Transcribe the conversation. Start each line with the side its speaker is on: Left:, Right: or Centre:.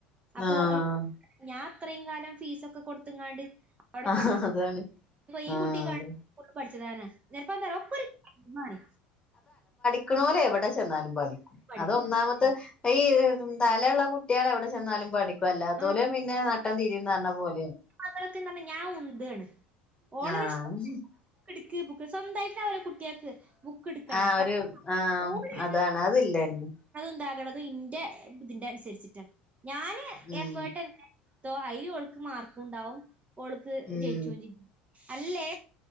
Right: അപ്പോ
Left: ആഹ്
Right: ഞാൻ അത്രയും കാലം ഫീസൊക്കെ കൊടുത്ത്ങ്ങാണ്ട് അവിടെ
Left: ആഹ്
Right: പഠി
Left: അതാണ്
Right: ഈ
Left: ആഹ്
Right: കുട്ടി ഗവൻ
Left: അതെ
Right: പഠിച്ചതാണ്. <unintelligible> മാണി
Left: ന്നോലെവിടെ ചെന്നാലും പഠിക്കും
Right: പഠിക്കും
Left: അതൊന്നാമത്തെ ഈ തല ള്ള കുട്ട്യേളെവിടെ ചെന്നാലും പഠിക്കുവല്ലാത്തോല്
Right: ആ
Left: പിന്നെ നട്ടം തിരിന്ന് പറഞ്ഞ പോലെ.
Right: മക്കളൊക്കെ ന്നാ ഞാൻ ഉന്താണ്. ഓള
Left: ആഹ്
Right: ഷ് ബുക്ക്‌ട്ക്ക് ബുക്ക്‌ സ്വന്തായിട്ടാവൂല്ല കുട്യേൾക്ക് ബുക്ക്ട്ക്കണം
Left: ആഹ്
Right: പ
Left: ഒരു ആഹ്
Right: ഓള്
Left: അതാണ് അതില്ലന്നെ
Right: ന്താകണ് ഇന്റെ തിന്റെ അനുസരിച്ചിട്ട ഞാന്
Left: ഉം
Right: എഫേർട്ട് എട്ക്ക്ണേ തോ അയി ലോൾക്ക് മാർക്കു ണ്ടാവും ഓൾക്ക്
Left: ഉം
Right: ജയിച്ചൂ ചെയ്യും അല്ലേ?